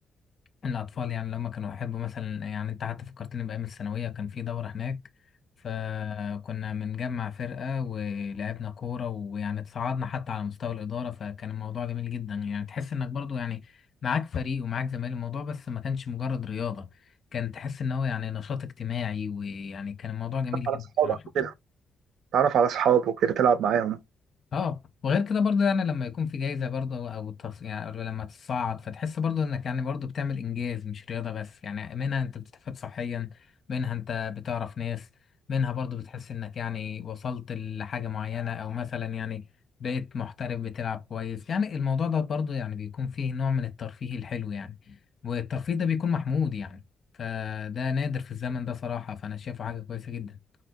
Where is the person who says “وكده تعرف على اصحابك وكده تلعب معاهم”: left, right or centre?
Right